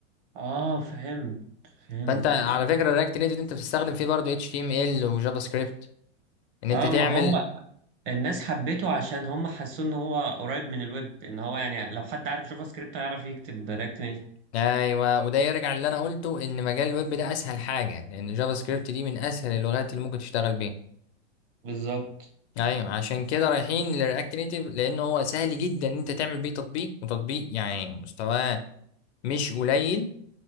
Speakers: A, on the right; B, on the left.
A: اه فهمت فهمت
B: فانت على فكره الرياكت نيتف انت بتستخدم فيه برضه اتش تي ام ال وجافا سكريبت ان انت
A: اه
B: تعمل
A: ما هو الناس حبيته عشان هم حسوا ان هو قريب من الويب ان هو يعني لو حد عارف جافا سكريبت هيعرف يكتب رياكت نيتف
B: ايوه وده يرجع اللي انا قلته ان مجال الويب ده اسهل حاجه لان جافا سكريبت دي من اسهل اللغات اللي ممكن تشتغل بيها
A: بالظبط
B: ايوه عشان كده رايحين لرياكت نيتيف لان هو سهل جدا ان انت تعمل بيه تطبيق وتطبيق يعني مستواه مش قليل